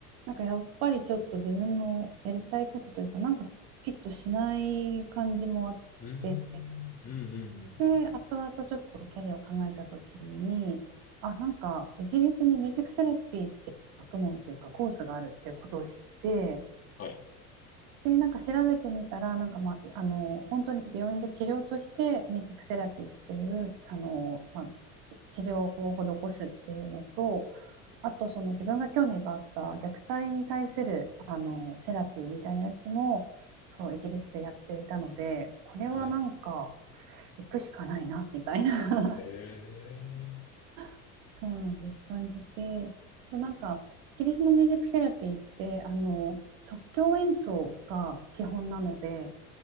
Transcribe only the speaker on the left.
うーん、うん、うん、うん、うんうん。
はい。
はい。
へえ。